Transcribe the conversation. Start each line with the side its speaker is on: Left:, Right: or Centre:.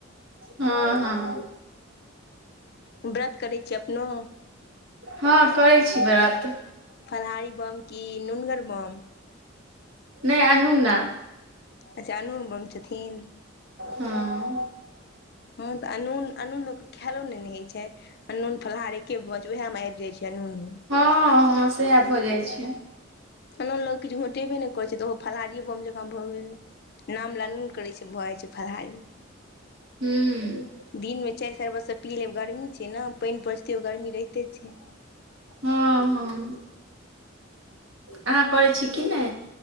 Right: हॅं-हॅं।
Left: व्रत करै छी अपनो।
Right: हॉं करै छी व्रत।
Left: फलाहारी बम की नुनगर बम।
Right: नै अनूना।
Left: अच्छा अनून बम छथिन।
Right: हॅं।
Left: हॅं तऽ अूनन- अनून लोक के खैयलो नहि ने होइ छै। अनून फलाहार एके भऽ जै छै, उएहमें आबि जाइ छै अनूनो।
Right: हॅं- हॅं सेएह भऽ जाइ छै।
Left: अनोन लोक किछु घोटेबे नै करै छै, तऽ ओहो फललाहारिए बम जँकाँ भऽ गेलै। नाम लऽ नून करै छै, भऽ जाइ छै फलाहारी।
Right: हूं।
Left: दिनमें चाय सरबतसँ पी लेब गरमी छै ने, पाइन परैत छै तैअयो गर्मी रहिते छै।
Right: हॅं- हॅं। अहाँ करै छी कि नै।